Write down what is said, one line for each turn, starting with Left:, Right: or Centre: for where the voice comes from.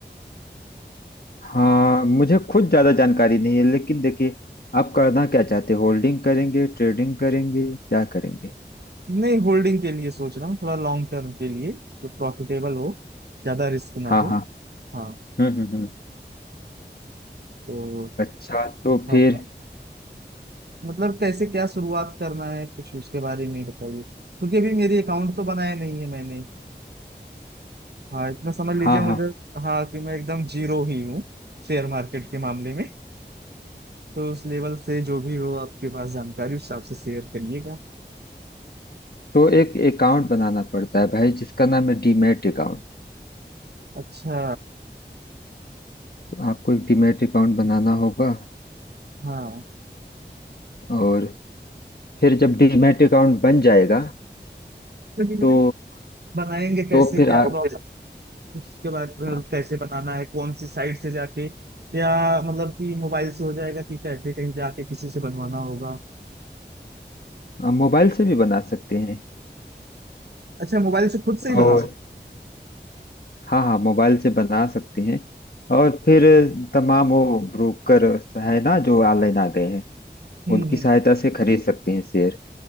Left: हाँ मुझे खुद ज्यादा जानकारी नहीं है लेकिन देखिए आप करना क्या चाहते हैं होल्डिंग करेंगे ट्रेडिंग करेंगे क्या करेंगे
Right: नहीं होल्डिंग के लिए सोच रहा हूँ थोड़ा लॉन्ग टर्म के लिए जो प्रॉफिटेबल हो ज्यादा रिस्क ना
Left: हाँ
Right: हो
Left: हाँ
Right: हाँ
Left: हम्म हम्म हम्म।
Right: तो
Left: अच्छा तो
Right: हाँ
Left: फिर
Right: हाँ। मतलब कैसे क्या शुरुआत करना है कुछ उसके बारे में बताइए क्योंकि अभी मेरी अकाउंट तो बनाया नहीं है मैंने हाँ इतना समझ लीजिए
Left: हाँ
Right: मुझे
Left: हाँ
Right: हाँ कि मैं एकदम जीरो ही हूँ शेयर मार्केट के मामले में तो उस लेवल से जो भी हो आपके पास जानकारी उस हिसाब से शेयर करिएगा
Left: तो एक अकाउंट बनाना पड़ता है भाई जिसका नाम है डीमैट अकाउंट
Right: अच्छा
Left: आपको एक डीमैट अकाउंट बनाना होगा
Right: हाँ
Left: और फिर जब डीमैट अकाउंट बन जाएगा
Right: लेकिन
Left: तो
Right: बनाएंगे कैसे
Left: तो फिर
Right: क्या
Left: आ,
Right: और फिर प्रोसेस उसके बाद फिर
Left: आ,
Right: कैसे बनाना है कौन सी साइट से जाके या मतलब कि मोबाइल से हो जाएगा कि कैसे कहीं जाके किसी से बनवाना होगा
Left: आ, मोबाइल से भी बना सकते हैं
Right: अच्छा मोबाइल से खुद से ही
Left: और
Right: बना सकते
Left: हाँ हाँ मोबाइल से बना सकते हैं और फिर तमाम वो ब्रोकर है ना जो ऑनलाइन आ गए हैं
Right: हैं। हम्म
Left: उनकी
Right: हम्म
Left: सहायता से खरीद सकते हैं शेयर